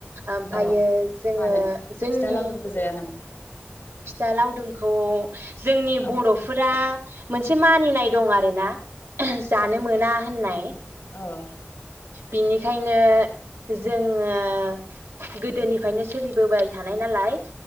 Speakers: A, on the right (about 80°); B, on the left (about 50°).
A: ओमफायो
B: औ
A: जोङो
B: मानो
A: जोंनि
B: फिथा लावदुमखौ जाया नामा
A: फिथा लावदुमखौ जोंनि
B: औ
A: बर'फोरा मोनसे मानिनाय दं आरो ना । जानो मोना होननाय ।
B: अ ।
A: बिनि खायनो जों ओ गोदोनिफ्रायनो सोलिबोबाय थानाय नालाय